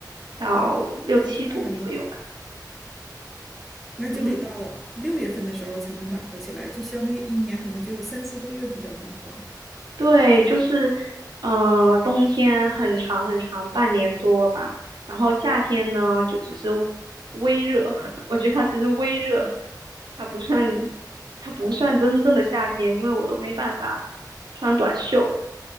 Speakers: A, on the right; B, in the centre.
A: 到六七度左右吧。
B: 哦，那真的很冷，那就得到六月份的时候才能暖和起来，
A: 嗯。
B: 就相当于一年可能只有三四个月比较暖和。
A: 对，就是，呃，冬天很长很长，半年多吧。然后夏天呢，就只是微热，<laughs> 我觉得它只是微热，它不算，它不算真正的夏天，因为我都没办法穿短袖。